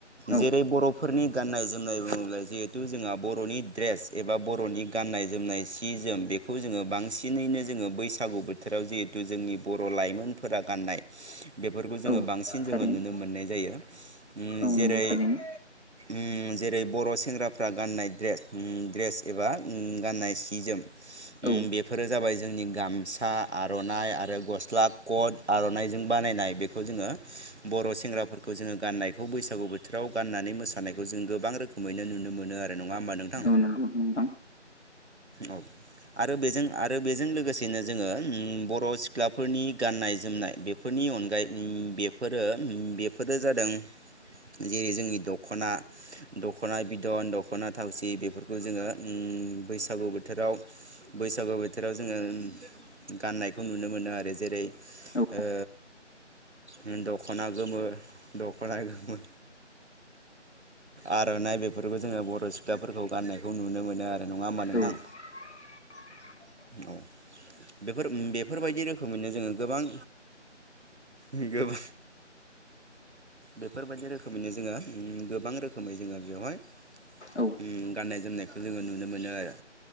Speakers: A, on the left; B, on the right.
A: औ
B: जेरै बर'फोरनि गान्नाय जोमनाय बुङोब्ला जिहेथु जोंहा बर'नि ड्रेस एबा बर'नि गाननाय जोमनाय सि जोम बेखौ जोङो बांसिनैनो जोङो बैसागु बोथ बोथोराव जिहेथु जोंनि बर' लाइमोनफोरा गाननाय बेफोरखौ जोङो
A: औ
B: बांसिन
A: थारैनो
B: जोङो नुनो मोननाय जायो उम
A: औ
B: जेरै
A: नंगौ थारैनो
B: उम जेरै बर' सेंग्राफ्रा गाननाय द्रेस उम द्रेस एबा उम गाननाय सि जोम उम
A: औ
B: बेफोरो जाबाय जोंनि गामसा आर'नाइ आरो गस्ला कट आर'नाइजों बानायनाय बेखौ जोङो बर' सेंग्राफोर खौ जोङो गान्नायखौ बैसागु बोथोराव गाननानै मोसानायखौ जों गोबां रोखोमैनो नुनो मोनो आरो नङा होमबा नोंथां
A: औ नांगौ नोंथां
B: औ आरो बेजों आरो बेजों लोगोसेनो जोङो उम बर' सिख्लाफोरनि गाननाय जोमनाय बेफोरनि अनगायै उम बेफोरो उम बेब फोरो जादों जेरै जोंनि दख'ना दख'ना बिदन दख'ना थावसि बेफोरखौ जोङो बैसागु बोथोराव बैसागो बोथोराव जोङो गाननायखौ नुनो मोनो आरो जेरै
A: औ
B: ओ उम दख'ना गोमो दख'ना गोमो आर'नाइ बेफोरखौ जोङो बर' सिख्लाफोरखौ गान्नायखौ नुनो मोनो आरो नङा होमबा नोंथां
A: औ <inaudible>
B: औ बेफोर उम बेफोरबायदि रोखोमैनो जोङो गोबां बिगोब बेफोरबायदि रोखोमैनो जोङो उम गोबां रोखोमै जोङो बेवहाय
A: औ
B: उम गाननाय जोमनायखौ जोङो नुनो मोनोआरो